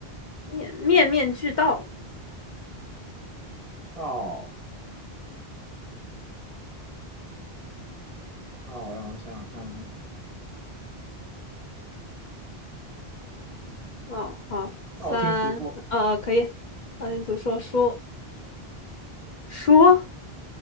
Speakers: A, on the left; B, on the right.
A: 面面面俱到。
B: 道，道，让我想想看，
A: 哦，好，三，
B: 道听途说
A: 呃，可以，大地图说说说。